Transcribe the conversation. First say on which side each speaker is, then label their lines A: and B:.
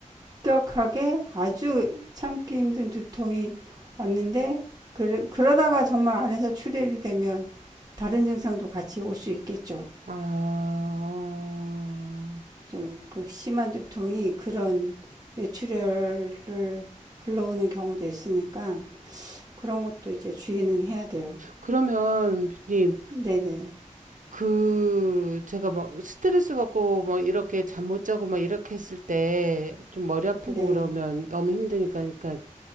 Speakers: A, on the right; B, on the right.
A: 급격하게 아주 참기 힘든 두통이 왔는데 그러, 그러다가 정말 안에서 출혈이 되면 다른 증상도 같이 올 수 있겠죠.
B: 아, 어.
A: 그죠? 그 심한 두통이 그런 뇌출혈을 불러오는 경우도 있으니까 그런 것도 이제 주의는 해야 돼요.
B: 그러면, 님,
A: 네네.
B: 그, 제가 막 스트레스 받고 막 이렇게 잠 못 자고 막 이렇게 했을 때 좀 머리 아프고
A: 네.
B: 그러면 너무 힘드니까, 그러니까